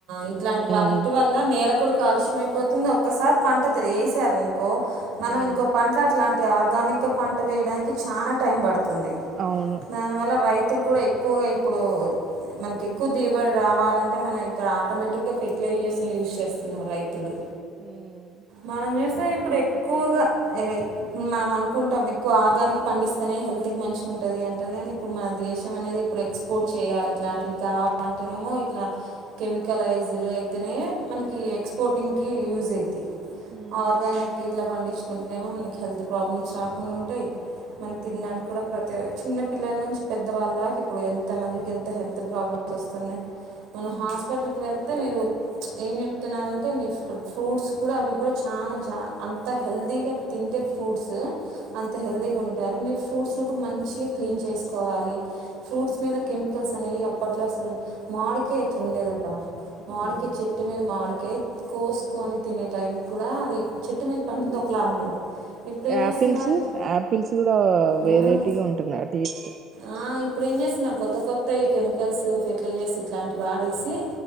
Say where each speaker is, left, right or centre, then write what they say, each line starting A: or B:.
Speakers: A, on the right (about 70°); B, on the right (about 40°).
A: ఇలాంటి
B: మ్మ్
A: వాటి వల్ల నేల కూడా కాలుష్యమయి పోతుంది ఒక్కసారి పంట ఏసారు అనుకో
B: మ్మ్
A: మనం ఇంకో పంట అట్లాంటి తే ఆర్గానిక్ గా పంట వేయడానికి చాలా టైం పడుతుంది
B: అవును
A: దానివల్ల రై తులు కూడా ఎక్కువగా ఇప్పుడు మనకి ఎక్కువ దిగుబడి రావాలం అంటే మనం ఇక్కడ ఆటోమేటిక్ గా ఫెర్టిలైజర్స్ యూజ్ చేస్తున్నారు రైతులు
B: మ్మ్
A: మనం చూస్తే ఏప్ ఇప్పుడు ఎక్కువగా ఏయ్ మనం అనుకుంటాం ఎక్కువ ఆర్గానిక్ పండిస్తేనే హెల్త్ కి మంచిగా ఉంటది అంటారు కానీ ఇప్పుడు మన దేశం అనేది ఇప్పుడు ఎక్స్పోర్ట్ చేయాలి ఇట్లాంటివి కావాలంటేనేమో ఇట్లా కెమికలైజ్లు అయితేనే మనకి ఎక్స్పోర్టింగ్కి యూజ్ అయితాయి
B: మ్మ్
A: ఆర్గానిక్ ఇట్లా పండించుకుంటునేమో మనకి హెల్త్ ప్రాబ్లమ్స్ రాకుండా ఉంటాయి మనం
B: మ్మ్
A: తినడానికి కూడా ప్రతియ్ చిన్న పిల్లల నుంచి పెద్దవాళ్ళ దాకా ఇప్పుడు ఎంతమందికి ఎంత హెల్త్ ప్రాబ్లమ్స్ వస్తున్నాయి మన
B: మ్మ్
A: హాస్పిటల్ కి వెళ్తే మీరు ఏం చెప్తున్నారంటే మీరు ఫ్రూ ఫ్రూట్స్ కూడా అవి కూడా చానా జా అంత హెల్తీగా తింటే ఫ్రూట్స్ అంత
B: మ్మ్
A: హెల్దీగా ఉంటారు మీరు ఫు ఫ్రూట్స్ ను కూడా మంచిగా క్లీన్ చేసుకోవాలి ఫ్రూట్స్ మీద కెమికల్స్ అనేవి అప్పట్లో అసలు మాడి కే ఎట్లాండేది అబ్బా మాడికాయ
B: మ్మ్
A: చెట్టు మీద మాడి ఏత్ కోసుకొని తినే టైం కూడా అది చెట్టు మీద పండింది ఒకలా ఉండేది ఇప్పుడు ఏం
B: యాపిల్స్
A: చేస్తున్నారు
B: యాపిల్స్ కూడా వెరైటీగా
A: ఉమ్,
B: ఉంటున్నా ఆ టేస్ట్
A: ఆ, ఇప్పుడు ఏం చేస్తున్న కొత్త కొత్తయ్ కెమికల్స్ ఫర్టిలైజర్స్ ఇట్లాంటి వాడేసి